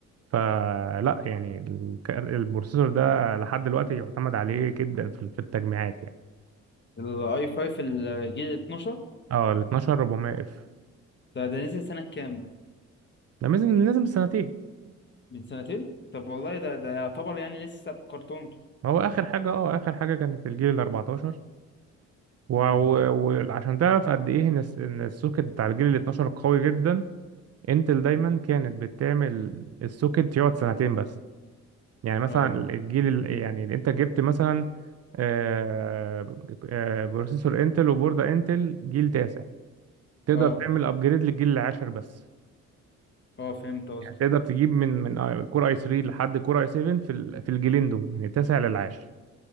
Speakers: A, on the right; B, on the left.
A: فلا يعني الك- البروسيسور ده لحد دلوقتي يعتمد عليه جدا في في التجميعات يعني
B: الاي 5 الجيل 12
A: اه ال 12400 اف
B: ده ده نزل سنة كام ده
A: ده لازم لازم سنتين
B: من سنتين طب والله ده ده يعتبر يعني لسه بكرتونته
A: ما هو اخر حاجه اه اخر حاجه كانت الجيل ال 14 وعشان
B: مم.
A: تعرف قد ايه ان الس- إن السوكت بتاع الجيل ال 12 قوي جدا انتل دايما كانت بتعمل السوكت يقعد سنتين بس يعني مثلا
B: اه
A: مم. الجيل ال- يعني اللي انت جبت مثلا آه، آه، بروسيسور انتل وبوردة انتل جيل تاسع تقدر
B: اه
A: تعمل ابجريد للجيل العاشر بس
B: اه فهمت قصدي
A: يعني تقدر تجيب من من آه، كور اي 3 لحد كور اي 7 في ال- في الجيلين دول من التاسع للعاشر